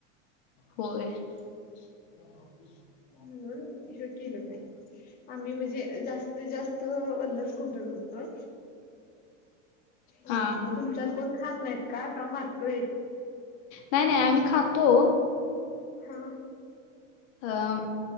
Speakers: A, on the left; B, on the left.
A: होय. <unintelligible>
B: म्हणून हे केल नाही आम्ही म्हणजे जास्त त जास्त ओल च खोबरं घालतोय.
A: हा
B: आणखी
A: हा
B: तुमच्यात कोण खात नाहीत का काय माळकरी आहेत.
A: नाही नाही आम्ही खातो.
B: हा.
A: अह